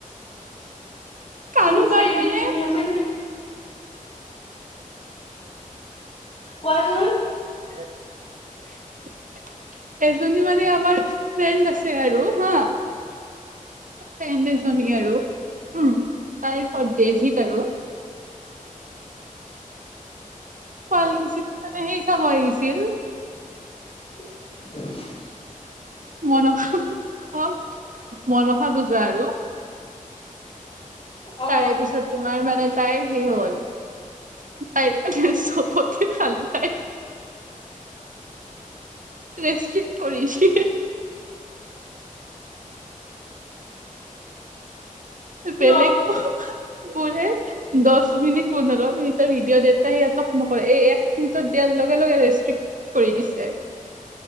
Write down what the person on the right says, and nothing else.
কাৰোবাৰ
মানে
<inaudible> এজনী মানে আমাৰ, ফ্ৰেড আছে আৰু হা। ফ্ৰেন্দ এজনী আৰু উম, তাৰপৰত ডেজিত আৰু। শুৱালকুছিত মানে হেই চাব আহিছিল।
মনসা খ, মনসা পূজা আৰু।
তাৰে পিছত তোমাৰ মানে তাইৰ সেই হ'ল, তাইৰ মানে চবতে ভাল তাই। ৰেষ্ট্ৰিক্ট কৰিছ
বেলেগক, বুলে দশ মিনিট পোন্ধৰ মিনিটৰ ভিডিঅ, দেওতে সিহঁক নকৰে, এই এক মিনিটত দিয়াৰ লগে, লগে ৰেষ্ট্ৰিক কৰি দিছে।